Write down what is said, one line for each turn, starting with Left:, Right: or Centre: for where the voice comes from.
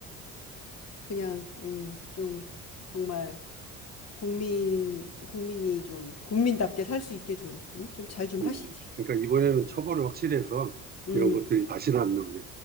Left: 그냥 음, 좀 정말 국민 국민이 좀 국민답게 살 수 있게 좀, 음, 좀잘 좀 하시지.
Right: 음, 그러니까 이번에는 처벌을 확실히 해서
Left: 음,
Right: 이런 것들이 다시는 안 나오게.